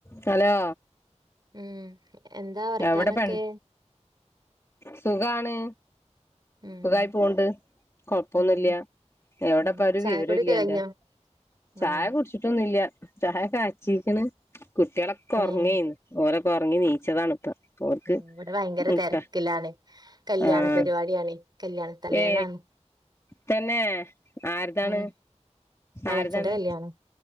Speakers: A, on the left; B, on the right.
A: Hello
B: ഉം എന്താ വർത്താനൊക്കെ
A: എവിടെ പെണ് സുഖാണ്
B: ഉം
A: സുഖമായി പോണ്ട് കൊഴപ്പൊന്നുംല്ല
B: ഉം
A: എവിടപ്പ
B: ഉം
A: ഒരു
B: ചായക്കുടിയൊക്കെ
A: വിവരം ഇല്ല
B: കഴിഞ്ഞോ
A: അന്റെ ചായ
B: ആഹ്
A: കുടിച്ചിട്ടൊന്നുംല്ല ചായ കാച്ചീക്ക്ണ് കുട്ടികളൊക്കെ
B: ഉം
A: ഉറങ്ങേന്ന്
B: ഉം.
A: ഓല് ഉറങ്ങി നീച്ചതാണ ഇപ്പ ഓർക്ക്
B: ഇവിടെ ഭയങ്കര
A: മുട്ട
B: തിരക്കിലാണ് കല്യാണ്
A: ആഹ്
B: പരിപാടിയാണ് കല്യാണ തലേന്നാണ്
A: ഏ തന്നെ ആര് താണ്
B: ഉം എളച്ചന്റെ
A: ആര്താണ്
B: കല്യാണം